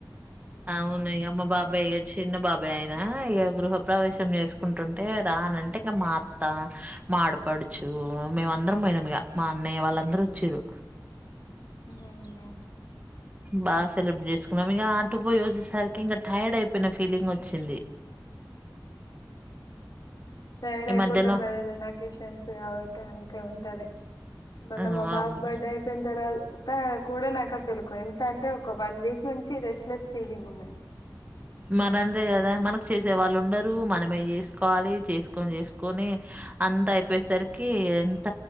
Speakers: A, on the right; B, on the left.
A: అవునయ్య మా బాబాయ్ ఎచ్ చిన్న బాబాయ్ ఆయన ఏ గృహపవేశం చేసుకుంటుంటే రా అనంటే ఇంకా మా అత్తా మా ఆడపడుచు మేము అందరం పోయినాం ఇక మా అన్నయ్య వాళ్ళందరూ చిరు
B: అవునా
A: బా సెలెబ్రేట్ చేసుకున్నాం ఇక చుట్టు పోయి వచ్చేసరికి ఇంకా టైర్డ్ అయిపోయిన ఫీలింగ్ వచ్చింది
B: టైడ్
A: ఈ
B: అయిపోతాం
A: మధ్యలో
B: కదా ఏదన్నా అకేషన్స్ అయితే అంతే ఉంటది మొన్న
A: ఆ
B: మా బాబు బర్డే ఐపోయి తర్వాత కూడా నాకు అసలకు ఎంత అంటే ఒక వన్ వీక్ నుంచి రెస్ట్ లెస్ ఫీలింగ్ ఉన్నాది
A: మరంతే కదా మనకు చేసే వాళ్ళు ఉండరు మనమే చేసుకోవాలి చేస్క్ చేసుకొని
B: ఆ
A: అంతా అయి చెప్పేసరికి ఎంత